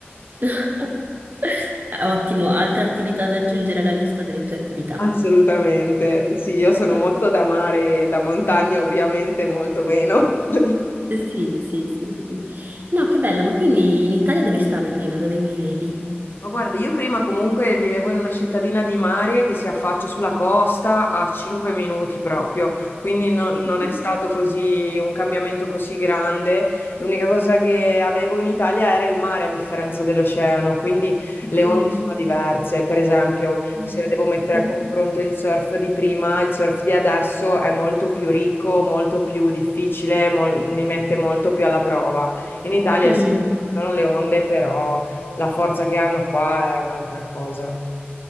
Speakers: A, on the right; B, on the left.
A: <laughs> Ottimo, altra attività da aggiungere alla lista delle tue attività.
B: Assolutamente, sì, io sono
A: <laughs>
B: molto da mare, da montagna ovviamente molto meno, <laughs>
A: Sì, sì, sì, sì. No, che bella, ma quindi in Italia dove stavi prima? Dove vivevi?
B: Ma guarda, io prima comunque vivevo in una cittadina di mare che si affaccia sulla costa a 5 minuti proprio, quindi non, non
A: Mhm.
B: è stato così un cambiamento così grande. L'unica cosa che avevo in Italia era il mare a differenza dell'oceano, quindi le
A: Mm.
B: onde sono diverse. Per esempio,
A: Mm.
B: se devo mettere
A: Mhm.
B: a confronto il surf di prima, il surf di adesso è molto più ricco, molto più difficile, mol- mi mette molto più alla prova. In Italia
A: Mm,
B: sì, ci sono le onde, però la forza che hanno qua è un'altra cosa.